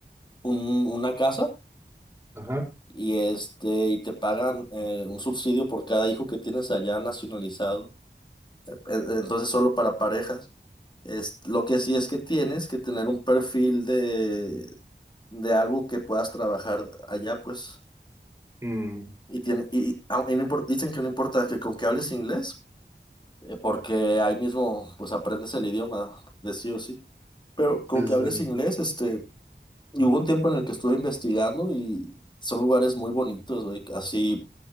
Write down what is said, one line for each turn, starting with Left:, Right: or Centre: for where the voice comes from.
Left: un- una casa
Right: Ajá.
Left: y este, y te pagan eh, un subsidio por cada hijo que tienes allá nacionalizado. E- e- Entonces, solo para parejas. Es, lo que sí es que tienes que tener un perfil de, de algo que puedas trabajar allá, pues.
Right: Mm,
Left: Y tiene, y, y- au- y no impor- dicen que no importa que con que hables inglés, eh, porque ahí mismo pues aprendes el idioma de sí o sí. Pero con
Right: pues,
Left: que hables
Right: eh,
Left: inglés, este Y hubo un tiempo en el que estuve investigando y son lugares muy bonitos, güey. Así,